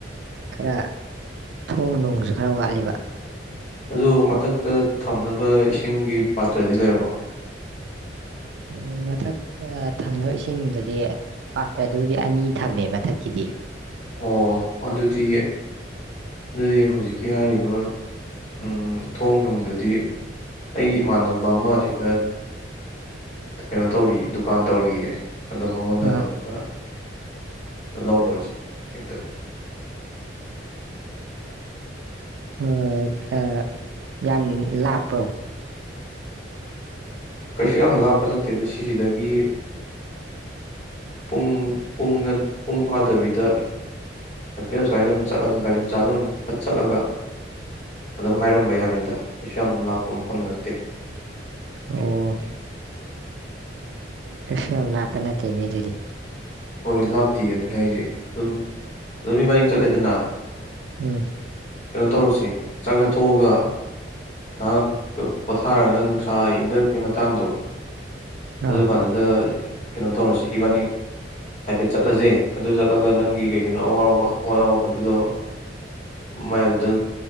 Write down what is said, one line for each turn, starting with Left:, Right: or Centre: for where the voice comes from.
Right: ꯈꯔ ꯊꯣꯡ ꯅꯨꯡꯖꯨ ꯈꯔ ꯋꯥꯠꯂꯤꯕ
Left: ꯑꯗꯨ ꯃꯊꯛꯇ ꯊꯝꯅꯕ ꯏꯁꯤꯡꯒꯤ ꯄꯥꯇ꯭ꯔꯗꯤ ꯂꯩꯔꯕꯣ꯫
Right: ꯎꯝ ꯃꯊꯛꯇ ꯊꯝꯅꯕ ꯏꯁꯤꯡꯗꯗꯤ ꯄꯥꯇꯗꯨꯕꯨꯗꯤ ꯑꯅꯤ ꯊꯝꯃꯦ ꯃꯊꯛꯀꯤꯗꯤ꯫
Left: ꯑꯣ ꯑꯗꯨꯗꯤ ꯑꯗꯨꯗꯤ ꯍꯧꯖꯤꯛ ꯀꯤ ꯍꯥꯏꯔꯤꯕ ꯎꯝ ꯊꯣꯡ ꯅꯨꯡꯗꯨꯗꯤ ꯑꯩ ꯏꯃꯥꯟꯅꯕ <unintelligible> <unintelligible> ꯀꯩꯅꯣ ꯇꯧꯔꯤ ꯗꯨꯀꯥꯟ ꯇꯧꯔꯤꯌꯦ ꯑꯗꯣ ꯃꯉꯣꯟꯗ
Right: ꯑ,
Left: ꯍꯪꯉꯒ ꯂꯧꯔꯨꯔꯁꯦ ꯍꯦꯛꯇ
Right: ꯍꯣꯏ <unintelligible> ꯌꯥꯝ ꯂꯥꯞꯄ꯭ꯔꯣ
Left: ꯀꯩꯁꯨ ꯌꯥꯝ ꯂꯥꯞꯄ ꯅꯠꯇꯦꯗ ꯁꯤꯖꯤꯗꯒꯤ ꯄꯨꯡ ꯄꯨꯡꯗ ꯄꯨꯡ ꯐꯥꯗꯕꯤꯗ ꯍꯥꯏꯐꯦꯠ ꯑꯁꯥꯏꯗ ꯑꯝ ꯆꯠꯂ ꯒꯥꯔꯤ ꯃꯆꯥꯗ ꯐꯠ ꯆꯠꯂꯒ ꯑꯗꯨꯝ ꯍꯥꯏꯔꯝꯕ ꯌꯥꯅꯤꯗꯥ ꯀꯩꯁꯨ ꯌꯥꯝ ꯂꯥꯞꯄ ꯃꯐꯝ ꯅꯠꯇꯦ
Right: ꯑꯣ ꯀꯩꯁꯨ ꯌꯥꯝ ꯂꯥꯞ ꯅꯠꯇꯦꯅꯦ ꯑꯗꯨꯗꯤ
Left: ꯍꯣꯏ ꯂꯥꯞꯇꯦ ꯑꯗꯨꯅꯤ ꯍꯥꯏꯖꯦ ꯗꯨꯝ ꯑꯗꯨꯝ ꯏꯕꯥꯟꯅꯤ ꯆꯠꯂꯦꯗꯅ <inaudible>
Right: ꯎꯝ
Left: ꯇꯧꯔꯁꯦ ꯆꯥꯛ ꯆꯥꯊꯣꯛꯑꯒ ꯉꯍꯥꯛ ꯀ ꯄꯣꯊꯥꯔꯒ ꯅꯨꯡꯁꯥ ꯏꯪꯗꯔꯛꯄꯩ ꯃꯇꯥꯡꯗꯣ ꯑꯗꯨ
Right: ꯑꯧ
Left: ꯀꯥꯟꯗ ꯀꯩꯅꯣ ꯇꯧꯔꯁꯤ ꯏꯕꯥꯅꯤ ꯍꯥꯏꯐꯦꯠ ꯆꯠꯂꯁꯦ ꯑꯗꯨ ꯆꯠꯂꯒ ꯅꯪꯒꯤ ꯀꯩꯀꯩꯅꯣ ꯑꯋꯥꯕ ꯑꯋꯥꯠ ꯑꯋꯥꯠꯄꯗꯨꯗꯣ ꯃꯥꯏꯗꯨꯗ